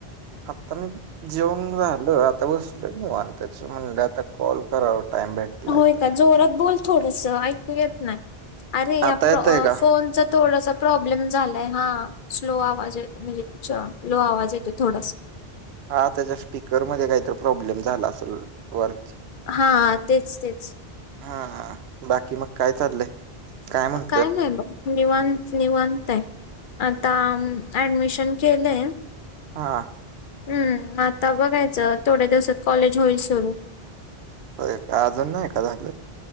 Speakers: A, on the right; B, on the left.
A: आता मी जेवन राहिलो आता बसल निवान त्याच म्हणलं आता कॉल करा टाईम भेटलायत.
B: होय का जोरात बोल थोडस ऐकू येत नाही अरे या
A: आता येतय का?
B: फोन थोडासा प्रॉब्लेम झालाय हा स्लो आवाज म्हणजे लो आवाज येतो थोडासा.
A: हाताच्या स्पीकरमध्येध्ये काहीत प्रॉब्लेम झाला असेल वर
B: हा तेच तेच
A: हा बाकी मग काय चाललंय काय म्हण
B: काय नाही बघ निवांत निवांत आहे आता ऍडमिशन केलंय.
A: हां.
B: हम्म आता बघायचं थोड्या दिवसात कॉलेज होईल सुरू
A: हो अजून ना ए का झालं.